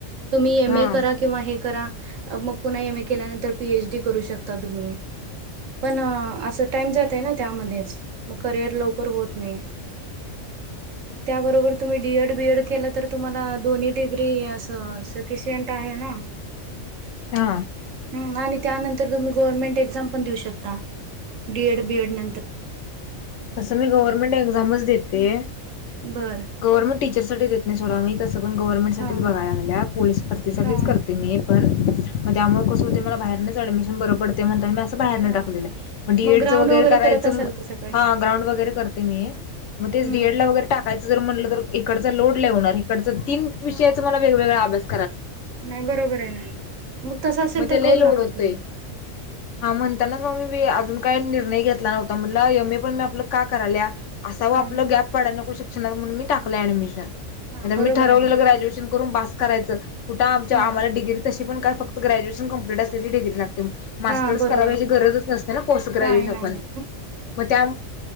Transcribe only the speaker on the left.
हा
ह
हा
असं मी गव्हर्नमेंट एक्झामच देते
गव्हर्नमेंट टीचर साठी देत नाही थोडा मी तसं पण गव्हर्नमेंटसाठीच
बघायला गेल्या पोलीस भरतीसाठीठीच
करते मी पण मग त्यामुळे कसं होते मला बाहेरचऍडमिशन बरं पडते म्हणी बाहेर
टाकलेलं मग डीएड
वगैरे करायचं
हा ग्राउंड वगैरे करते मी मग तेच
डीएड ला वगैरे टाकायचं जर म्हटलं तर इकडचा लोड लाेवणार इकडचं <unintelligible> तीन विषयाचं
मला वेगवेगळा आभस
मग त्यालाही
लोड
होतय
हा म्हणताना म अजून काही निर्णय घेतला नव्हता म्हण यम ए पण मी आपलं का करायल्या <unintelligible> असा व
आपलं गॅप पडाला नको शिक्षणात म्हणून मी टाकला ऍडमिशन
मी
ठरवलेलं
ग्रॅज्युएशन करून पास करायचं कुठं आमच्या
आम्हाला डिग्री तशी पण काय फक्त गॅज्युशन कंप्ट असल्या डिग ला मास्टर्स
कराची गरजच नसते ना पोस्ट ग्रॅज्युएश
पण म त्या